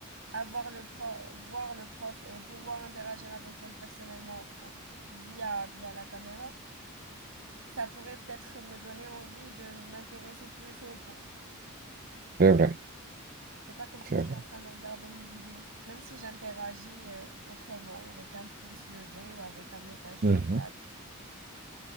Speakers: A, on the right (about 75°); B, on the right (about 45°).
A: avoir le prof, voir le prof et pouvoir interagir avec elle personnellement, enfin, via, via la caméra, ça pourrait peut-être me donner envie de m'intéresser plus au cours.
B: c'est vrai,
A: C'est pas comme si
B: c'est
A: je suis
B: vrai.
A: en train de regarder une vidéo, même si j'interagis euh, autrement, avec un pouce levé ou avec un message sur
B: Mhm.
A: chat.